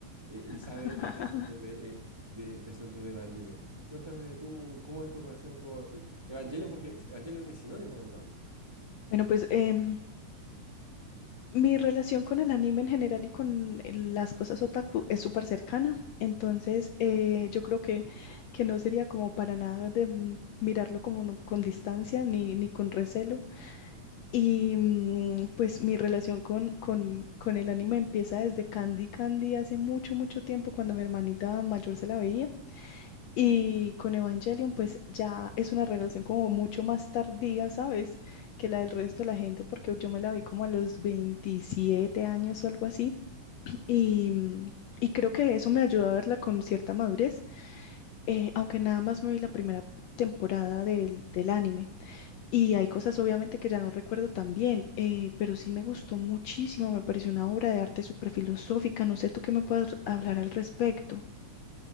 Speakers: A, on the right; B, on the left.
A: eh, y
B: <laughs>
A: sabes este asunto de, eh, de este asunto de Evangelion. Cuéntame tú cómo es tu relación con Evangelion, porque Evangelion es sinónimo de otaku.
B: Bueno, pues em, mi relación con el anime en general y con el- las cosas otaku es súper cercana, entonces eh, yo creo que, que no sería como para nada de mm, mirarlo como no- con distancia ni, ni con recelo. Y mm, pues mi relación con, con, con el anime empieza desde Candy Candy hace mucho, mucho tiempo cuando mi hermanita mayor se la veía. Y con Evangelion, pues ya es una relación como mucho más tardía, ¿sabes? Que la del resto de la gente, porque yo me la vi como a los 27 años o algo así. Y, mm, y creo que eso me ayudó a verla con cierta madurez, eh, aunque nada más me vi la primera temporada del, del anime. Y hay cosas obviamente que ya no recuerdo tan bien, eh, pero sí me gustó muchísimo, me pareció una obra de arte súper filosófica. No sé tú qué me puedas hablar al respecto.